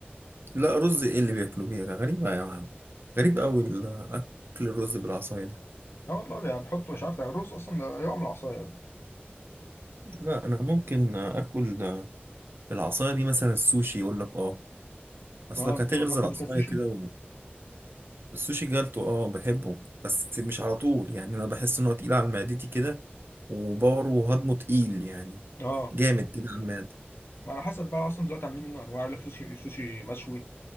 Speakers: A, on the right; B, on the left.
A: لا رز ايه اللي بياكلوا بيه ده غريبه يا عم غريب قوي الاكل الرز بالعصايه ده
B: اه والله يعني بحطه مش عارف ده الرز أصلا ده يقع من العصاية
A: لا انا ممكن اكل بالعصايه دي مثلا السوشي يقول لك اه اصلك
B: اه أنت
A: هتغرز
B: جربت
A: العصايه
B: قبل كده السوشي؟
A: كده السوشي جالتو اه بحبه بس مش على طول يعني انا بحس ان هو تقيل على معدتي كده وباور وهضمه تقيل يعني
B: اه
A: جامد كده على المعدة
B: ما على حسب بقى أصلا دلوقتي عاملين منه أنواع يقول لك سوشي سوشي مشوي